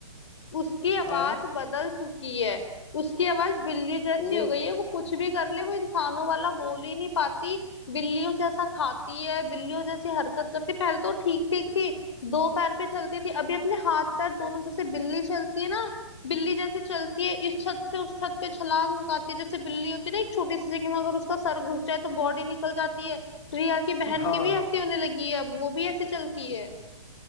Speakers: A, on the left; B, on the left.
A: उसकी आवाज
B: हाँ
A: बदल चुकी है उसकी आवाज बिल्ली जैसी
B: ओ
A: हो गई है वो कुछ भी कर ले वो इंसानों वाला बोल ही नहीं पाती बिल्लियों जैसा खाती है बिल्लियों जैसी हरकत करती पहले तो ठीक ठीक थी दो पैर पे चलती थी अभी अपने हाथ पैर दोनों जैसे बिल्ली चलती है ना बिल्ली जैसी चलती है इस छत पे उस छत पे छलांग लगाती है जैसे बिल्ली होती है ना एक छोटी सी जगह में अगर उसका सर घुस जाए तो बॉडी निकल जाती है रिया की बहन
B: हाँ
A: की भी ऐसी होने लगी है अब वो भी ऐसी चलती है